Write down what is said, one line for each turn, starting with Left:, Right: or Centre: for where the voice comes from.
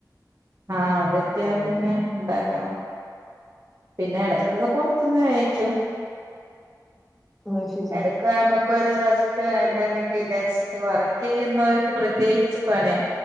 Right: ആടെ എത്തിയാ
Centre: ആഹ്
Right: പിന്നെ ണ്ടാക്കണം പിന്നെ ഇടക്കൊക്കെ പൊറത്തുന്ന് കയിക്കും
Centre: അത് ശരി
Right: എടക്ക് ഞമ്മക്ക് ഒരു റസ്റ്റ് വേ ണ്ടെന്നൊക്കെ വിചാരിച്ചിട്ട് വർക്ക് ചെയ്യുന്നോർക്ക് പ്രത്യേകിച്ച് പണിയാ